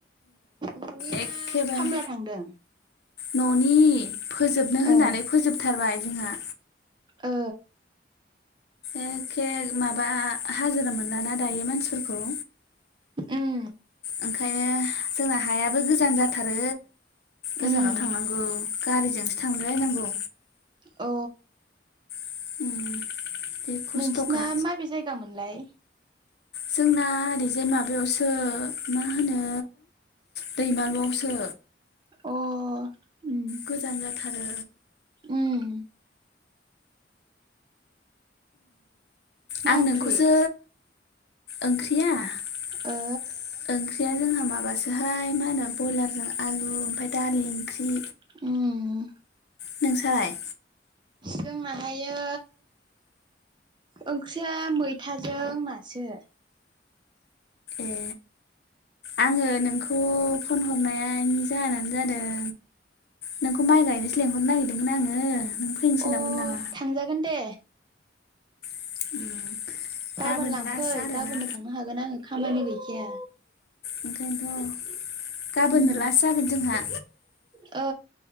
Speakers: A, on the right; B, on the left.
A: ननि
B: एखेबारे
A: ना खामला थांदों
B: न'नि फोजोबनो होननानै
A: ओ
B: फोजोबथारबाय जोंहा
A: ओ
B: एखे माबा हाजिरा मोनलाना दायो मानसिफोरखौ
A: उम
B: ओंखायनो जोंना हायाबो गोजान जाथारो गोजानाव
A: उम
B: थांनांगौ गारिजोंसो थांलायनांगौ
A: अ
B: <inaudible> खस्थ'खा
A: नोंसिना माबे जायगामोनलाय
B: जोंना ओरैजाय माबायावसो मा होनो दैमालुआवसो
A: अ उम
B: गोजान जाथारो।
A: उम मा
B: आं
A: ओंख्रि
B: नोंखौसो ओंख्रिया औ।
A: ओ
B: ओंख्रिया जोंहा माबासोहाय मा होनो ब्रयलारजों आलु ओमफ्राय दालि ओंख्रि।
A: ओम।
B: नोंसालाय?
A: जोंना हायो ओंख्रिया मैथाजों नासो।
B: ए आङो नोंखौ फन हरनायनायनि जाहोनानो जादों। नोंखौ माइ गायनोसो लेंहरनो नागिरदोंमोन आङो नों फैनो सोलाबगोन
A: अ
B: नामा?
A: थांजागोन दे।
B: <unintelligible>
A: गाबोन लांफै
B: लास्ट आरोना
A: गाबोननो थांनो हागोन आङो खामानि गैखाया।
B: ओंखायनोथ' गाबोननो
A: उम
B: लासजागोन जोंहा।
A: ओ।